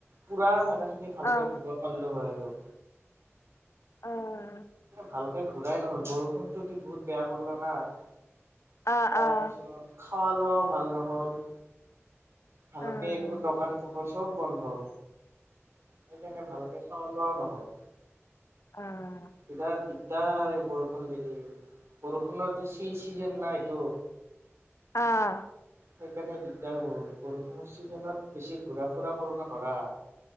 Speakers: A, on the right; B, on the left.
A: পুৰা জাগা খিনি ভালকে
B: আহ
A: ফুৰিব পাৰিলো হয় আৰু।
B: অ
A: ভাল ঘুৰাই নহল বৰষুণতটো দি বহুত বেয়া কৰিলা না। আহ
B: আহ
A: তাৰ পিছত খোৱা লোৱা ভাল নহ'ল ভালকে
B: আহ
A: একো দোকান পোহৰ চব বন্ধ। সেইকাৰণে ভালকে খোৱা লোৱাও নহল।
B: অঁ।
A: বিৰাট দিগদাৰ বৰষুণ দিলি বৰষুণৰতো চি চিজন নাইটো।
B: আহ।
A: সেইকাৰণে দিগদাৰ বহুত বৰষুণৰ চিজনত বেছি ঘূৰা ফুৰা কৰিব নোৱাৰা।